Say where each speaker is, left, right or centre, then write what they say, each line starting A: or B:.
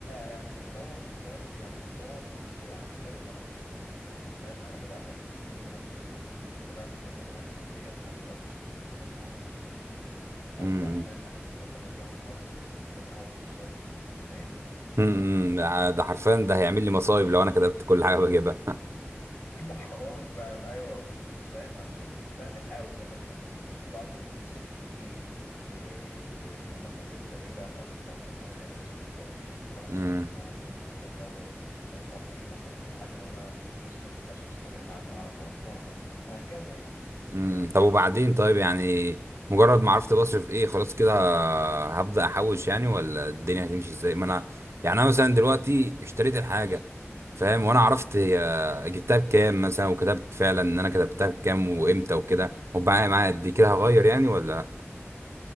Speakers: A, on the left; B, on the right.
A: يعني ودوت فاهم يعني ودوت يعني تاني غلط يعني يعني فاهم انا بدأت اكتب كل اللي انا بصرفه تمام كل حاجة حرفيا حتى لو اشتريت كوباية قهوة ب 15 جنيه ابدأ
B: مم.
A: فاهم اكتب مثلا ان انا النهارده صرفت كوباية قهوة 15 جنيه انت فاهمني
B: مم. مم. ده حرفيا ده هيعمل لي مصايب لو انا كتبت كل حاجة بجيبها
A: <laughs> ده حوار فعلا ايوه بس فاهم هتشوف فاهم الحياة قدامك بقى تعرف انت بتصرف في ايه ومثلا و... و- يعني مثلا هتبدا ايه بقى فاهم تفكر بقى يا فلوسك بتروح فين طب انا محتاج
B: <laughs>
A: دوت طب انا مش محتاج دوت آه، طب ايه مثلا الحاجه لو انا ما اشتريتهاش واستغنيت عنها اعرف اوفرها وهكذا يعني
B: امم طب وبعدين طيب يعني مجرد ما عرفت بصرف ايه خلاص كده هبدأ احوش يعني ولا الدنيا هتمشي ازاي ما انا يعني انا مثلا دلوقتي اشتريت الحاجة
A: مش
B: فاهم وانا عرفت هي جبتها بكام
A: امم
B: مثلا وكتبت فعلا ان انا كتبتها بكام وامتى وكده وبقى معايا قد إيه، كده هغير يعني ولا